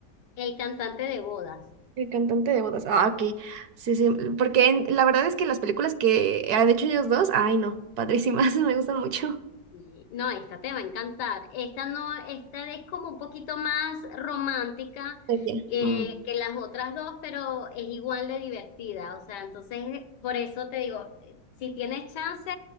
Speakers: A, on the left (about 80°); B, on the right (about 70°).
A: El cantante de bodas.
B: El cantante de bodas. Ah, ok. Sí, sí. Porque en- la verdad es que las películas que han hecho ellos dos, ay no, padrísimas, <laughs> me gustan mucho.
A: Y, no, esta te va a encantar. Esta no, esta es como un poquito más romántica
B: Ah, ya.
A: que,
B: Mm.
A: que las otras dos, pero es igual de divertida. O sea, entonces, por eso te digo, eh, si tienes chance,